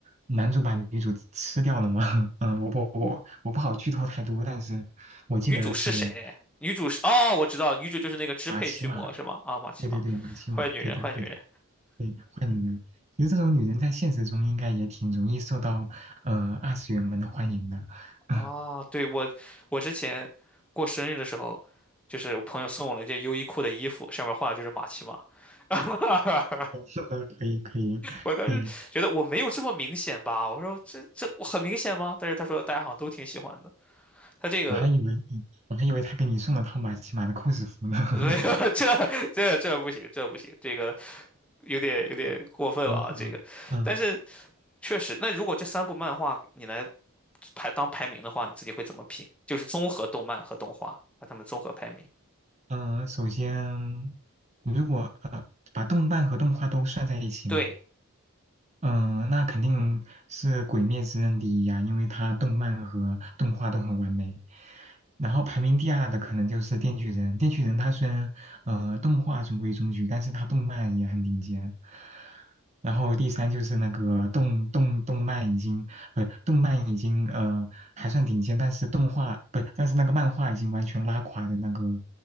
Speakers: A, on the right; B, in the centre.
A: 男主把女主吃掉了嘛。<laughs> 嗯、我不我我不好剧透太多，但是我记得是
B: 女主是谁？女主是哦，我知道，女主就是那个支配巨魔，
A: 马奇马，对对对，
B: 是吗？啊，玛奇玛，
A: 马奇马，
B: 坏女人，
A: 对的对的，
B: 坏女人。
A: 对，坏女人。其实这种女人在现实中应该也挺容易受到呃二次元们的欢迎的。<laughs>
B: 哦，对，我我之前过生日的时候，就是我朋友送我了一件优衣库的衣服，上面画的就是玛奇玛。<laughs>
A: 是的可以可以可以，
B: 我当时觉得我没有这么明显吧，我说这这我很明显吗？但是他说大家好像都挺喜欢的，他这个
A: 我还以为嗯我还以为他给你送了套马奇马的 cos 服呢。
B: <laughs>
A: <laughs>
B: 没有，<laughs> 这这这不行，这不行，这个有点有点过分了啊，
A: 嗯嗯嗯嗯，
B: 这个。但是确实，那如果这三部漫画你来排当排名的话，你自己会怎么评？就是综合动漫和动画，把它们综合排名。
A: 嗯、呃首先，如果呃把动漫和动画都算在一起吗？
B: 对，
A: 嗯，那肯定是《鬼灭之刃》第一呀，因为它动漫和动画都很完美。然后排名第二的可能就是《电锯人》，《电锯人》它虽然呃动画中规中矩，但是它动漫也很顶尖。然后第三就是那个动动动漫已经不、动漫已经呃还算顶尖，但是动画不但是那个漫画已经完全拉垮的那个